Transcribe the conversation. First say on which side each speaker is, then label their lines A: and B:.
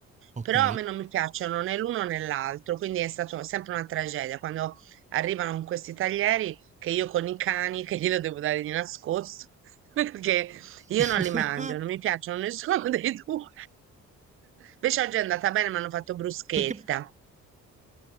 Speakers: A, on the right; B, on the right.
A: Ok.
B: Però a me non mi piacciono né l'uno né l'altro, quindi è stata sempre una tragedia quando arrivano con questi taglieri che io con i cani, <laughs> che glielo devo dare di nascosto, <laughs> perché io
A: <laughs>
B: non li mangio, non mi piacciono nessuno <laughs> dei due. Invece oggi è andata bene, mi hanno fatto bruschetta.
A: Perché